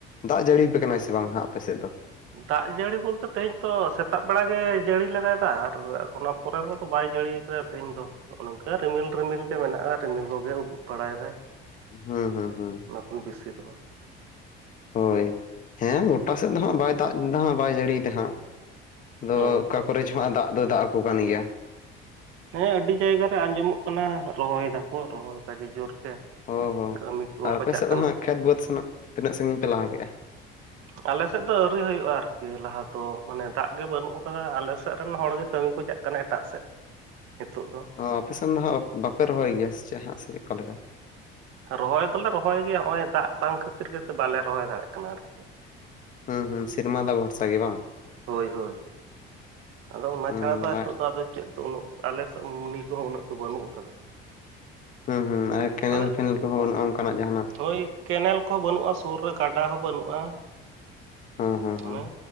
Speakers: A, on the left (about 40°); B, on the right (about 75°).
A: ᱫᱟᱜ ᱡᱟᱹᱲᱤ ᱯᱮ ᱠᱟᱱᱟᱭ ᱥᱮ ᱵᱟᱝ ᱦᱟᱜ ᱟᱯᱮ ᱥᱮᱫ ᱫᱚ?
B: ᱫᱟᱜ ᱡᱟᱹᱲᱤ ᱵᱳᱞᱛᱮ ᱛᱮᱦᱮᱧ ᱛᱚ ᱥᱮᱛᱟᱜ ᱵᱮᱲᱟ ᱜᱮ ᱡᱟᱹᱲᱤ ᱞᱮᱫᱟᱭ ᱫᱟᱜ ᱟᱨ ᱚᱱᱟ ᱯᱚᱨᱮ ᱠᱚᱫᱚ ᱵᱟᱭ ᱡᱟᱹᱲᱤ ᱠᱟᱫᱟ, ᱛᱮᱦᱮᱧ ᱫᱚ ᱱᱚᱜ-ᱚᱭ ᱱᱚᱝᱠᱟ ᱨᱤᱢᱤᱞ ᱨᱤᱢᱤᱞ ᱜᱮ ᱢᱮᱱᱟᱜᱼᱟ ᱨᱤᱢᱤᱞ ᱠᱚᱜᱮ ᱩᱫᱩᱜ ᱵᱟᱲᱟᱭ ᱮᱫᱟᱭ,
A: ᱦᱩᱸ ᱦᱩᱸ ᱦᱩᱸ,
B: ᱚᱱᱟ ᱠᱷᱚᱱ ᱵᱮᱥᱤ ᱫᱚ ᱵᱟᱝ,
A: ᱦᱳᱭ ᱦᱮᱸ ᱜᱚᱴᱟ ᱥᱮᱫ ᱫᱚ ᱦᱟᱸᱜ ᱵᱟᱭ ᱫᱟᱜ ᱫᱟ ᱵᱟᱭ ᱡᱟᱹᱲᱤᱭᱮᱫᱟ ᱦᱟᱸᱜ, ᱟᱫᱚ
B: ᱦᱩᱸ
A: ᱚᱠᱟ ᱠᱚᱨᱮᱡᱽ ᱦᱚᱸ ᱫᱟᱜ ᱫᱚᱭ ᱫᱟᱜ ᱟᱠᱚ ᱠᱟᱱ ᱜᱮᱭᱟ,
B: ᱦᱮᱸ ᱟᱹᱰᱤ ᱡᱟᱭᱜᱟ ᱨᱮ ᱟᱸᱡᱚᱢᱚᱜ ᱠᱟᱱᱟ ᱨᱚᱦᱚᱭ ᱫᱟᱠᱚ ᱨᱚᱦᱚᱭ ᱠᱟᱡᱮ ᱡᱳᱨ ᱜᱮ,
A: ᱦᱚᱸ ᱦᱳᱭ
B: ᱠᱟᱹᱢᱤ ᱠᱚᱠᱚ
A: ᱟᱨ ᱟᱯᱮ
B: ᱪᱟᱜ
A: ᱥᱮᱫ
B: ᱠᱟᱱᱟ
A: ᱫᱚ ᱦᱟᱸᱜ ᱠᱷᱮᱛ ᱵᱟᱹᱫᱽ ᱥᱮᱱᱚᱜ ᱛᱤᱱᱟᱹᱜ ᱥᱟᱺᱜᱤᱧ ᱯᱮ ᱞᱟᱦᱟ ᱠᱮᱫᱼᱟ?
B: ᱟᱞᱮ ᱥᱮᱫ ᱫᱚ ᱟᱹᱣᱨᱤ ᱦᱩᱭᱩᱜᱼᱟ ᱟᱨᱠᱤ ᱞᱟᱦᱟ ᱫᱚ ᱢᱟᱱᱮ ᱫᱟᱜ ᱜᱮ ᱵᱟᱹᱱᱩᱜ ᱟᱠᱟᱫᱟ ᱟᱞᱮ ᱥᱮᱫ ᱨᱮᱱ ᱦᱚᱲᱜᱮ ᱠᱟᱹᱢᱤ ᱠᱚ ᱪᱟᱜ ᱠᱟᱱᱟ ᱮᱴᱟᱜ ᱥᱮᱫ ᱱᱤᱛᱚᱜ ᱫᱚ,
A: ᱚᱸ ᱟᱯᱮ ᱥᱮᱱ ᱫᱚ ᱦᱟᱸᱜ ᱵᱟᱯᱮ ᱨᱚᱦᱚᱭ ᱜᱮᱭᱟ ᱥᱮ ᱪᱮᱫ ᱦᱟᱸᱜ ᱥᱮ ᱪᱮᱫᱠᱟ ᱞᱮᱠᱟ?
B: ᱨᱚᱦᱚᱭ ᱫᱚᱞᱮ ᱨᱚᱦᱚᱭ ᱜᱮᱭᱟ ᱱᱚᱜ-ᱚᱭ ᱫᱟᱜ ᱵᱟᱝ ᱠᱷᱟᱹᱛᱤᱨ ᱜᱮᱛᱚ ᱵᱟᱞᱮ ᱨᱚᱦᱚᱭ ᱫᱟᱲᱮᱭᱟᱜ ᱠᱟᱱᱟ ᱟᱨᱠᱤ,
A: ᱦᱩᱸ ᱦᱩᱸ ᱥᱤᱨᱢᱟ ᱫᱟᱜ ᱵᱷᱚᱨᱥᱟ ᱜᱮ ᱵᱟᱝ,
B: ᱦᱳᱭ ᱦᱳᱭ ᱟᱫᱚ ᱚᱱᱟ
A: ᱦᱩᱸ
B: ᱪᱷᱟᱲᱟ ᱫᱚ ᱟᱫᱚ
A: ᱫᱟᱜ
B: ᱱᱤᱛᱚᱜ ᱫᱚ ᱟᱫᱚ ᱪᱮᱫ ᱫᱚ ᱩᱱᱟᱹᱜ ᱟᱞᱮ ᱥᱮᱫ ᱦᱚᱸ ᱢᱤᱱᱤ ᱠᱚᱦᱚᱸ ᱩᱱᱟᱹᱜ ᱫᱚ ᱵᱟᱹᱱᱩᱜ ᱟᱠᱟᱫᱟ᱾
A: ᱦᱩᱸ ᱦᱩᱸ ᱟᱨ ᱠᱮᱱᱮᱞ
B: ᱟᱫᱚ
A: ᱯᱷᱮᱱᱮᱞ ᱨᱮᱦᱚᱸ ᱚᱱᱮ ᱚᱱᱠᱟ ᱱᱟᱜ ᱡᱟᱦᱟᱱᱟᱜ,
B: ᱦᱳᱭ ᱠᱮᱱᱮᱞ ᱠᱚᱦᱚᱸ ᱵᱟᱹᱱᱩᱜᱼᱟ ᱥᱩᱨ ᱨᱮ ᱜᱟᱰᱟ ᱦᱚᱸ ᱵᱟᱹᱱᱩᱜᱼᱟ
A: ᱦᱩᱸ ᱦᱩᱸ ᱦᱩᱸ
B: ᱚᱱᱮ